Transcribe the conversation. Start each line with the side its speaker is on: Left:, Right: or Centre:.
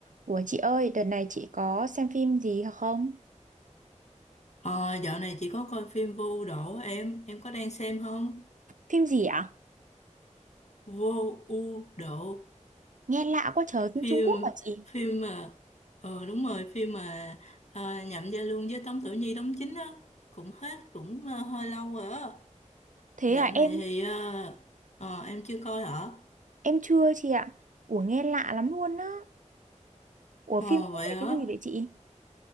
Right: Ủa chị ơi, đợt này chị có xem phim gì hả không?
Left: Ờ, dạo này chị có coi phim Vô Ưu Đổ em, em có đang xem không?
Right: Phim gì ạ?
Left: Vô Ưu Đổ,
Right: Nghe lạ quá trời, phim
Left: phim
Right: Trung Quốc hả chị?
Left: phim mà ờ đúng rồi, phim mà ờ, Nhậm Gia Luân với Tống Tử Nhi đóng chính á, cũng hết cũng ờ, hơi lâu rồi á.
Right: Thế
Left: Dạo
Right: à
Left: này
Right: em,
Left: thì ờ, ờ, em chưa coi hả?
Right: em chưa chị ạ. Ủa nghe lạ lắm luôn á. Ủa
Left: Ờ
Right: phim có
Left: vậy
Right: về
Left: hả?
Right: cái gì vậy chị?